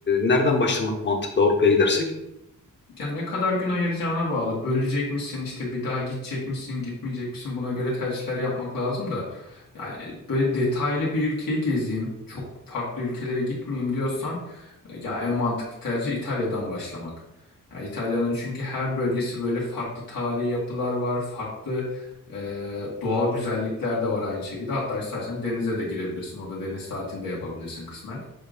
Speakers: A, on the left; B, on the left.
A: nereden başlamak mantıklı Avrupa'ya gidersek?
B: Ya ne kadar gün ayıracağına bağlı. Bölecek misin işte bir daha gidecek misin gitmeyecek misin buna göre tercihler yapmak lazım da. Yani böyle detaylı bir ülkeyi gezeyim çok farklı ülkelere gitmeyeyim diyorsan e, ya en mantıklı tercih İtalya'dan başlamak. Ya İtalya'nın çünkü her bölgesi böyle farklı tarihi yapılar var farklı e, doğal güzellikler de var aynı şekilde. Hatta istersen denize de girebilirsin o da deniz tatili de yapabilirsin kısmen.